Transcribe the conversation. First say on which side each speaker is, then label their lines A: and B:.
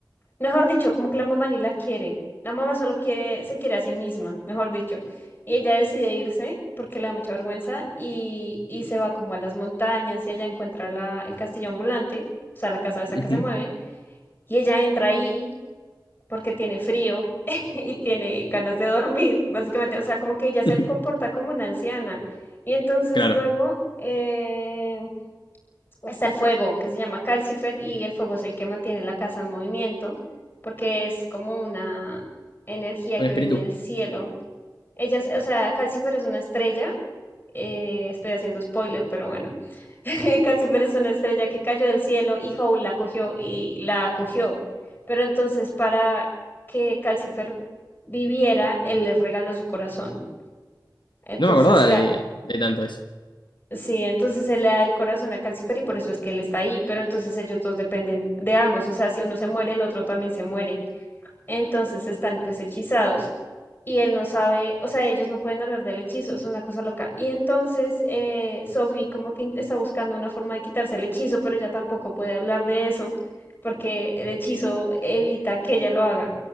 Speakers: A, on the left; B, on the left.
A: Mejor dicho, como que la mamá ni la quiere. La mamá solo quiere, se quiere a sí misma, mejor dicho. Y ella decide irse porque le da mucha vergüenza y, y se va como a las montañas y allá encuentra la, el castillo ambulante, o sea, la casa esa
B: ujú.
A: que se mueve. Y ella entra ahí porque tiene frío <laughs> y tiene ganas de dormir, básicamente. O sea, como que ella se
B: <laughs>
A: comporta como una anciana. Y entonces
B: Claro,
A: luego... eh, está el fuego, que se llama Calcifer, y el fuego es el que mantiene la casa en movimiento, porque es como una energía
B: un
A: que
B: espíritu.
A: viene del cielo. Ellas, o sea, Calcifer es una estrella, eh, estoy haciendo spoiler, pero bueno, <laughs> Calcifer es una estrella que cayó del cielo y Howl la cogió y la acogió. Pero entonces para que Calcifer viviera, él le regaló su corazón. Entonces,
B: No me acordaba
A: ca-
B: de, de tanto eso.
A: Sí, entonces se le da el corazón a Calcifer y por eso es que él está ahí, pero entonces ellos dos dependen de ambos, o sea, si uno se muere, el otro también se muere, entonces están pues hechizados y él no sabe, o sea, ellos no pueden hablar del hechizo, es una cosa loca. Y entonces eh, Sophie como que in- está buscando una forma de quitarse el hechizo, pero ella tampoco puede hablar de eso porque el hechizo evita que ella lo haga.